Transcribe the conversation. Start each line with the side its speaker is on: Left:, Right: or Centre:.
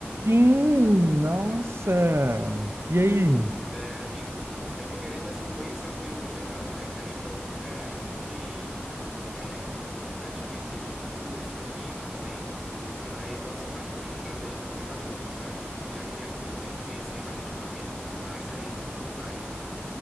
Right: Sim, nossa. E aí?
Centre: Pois é, amigo. Eu tô querendo, assim, conhecer o Peru no geral, né? Quero ir pra outros lugares também. É, tenho muita vontade de conhecer ele, Cusco, Lima também. Mas, nossa, o Machu Picchu tá me deixando, assim, maluco, sabe? Já queria há muito tempo conhecer, mas ultimamente eu tô mais ainda com vontade.